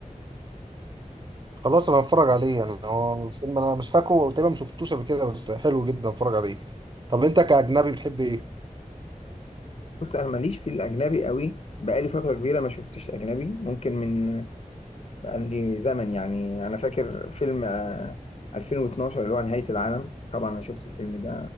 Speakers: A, on the right; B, on the left.
A: خلاص انا هتفرج عليه يعني هو فيلم انا مش فاكره وتقريبا ما شفتوش قبل كده بس حلو جدا اتفرج عليه طب انت كاجنبي بتحب ايه
B: بص انا ماليش في الاجنبي قوي بقالي فتره كبيره ما شفتش اجنبي ممكن من عندي زمن يعني انا فاكر فيلم آه، 2012 اللي هو نهاية العالم طبعا انا شفت الفيلم ده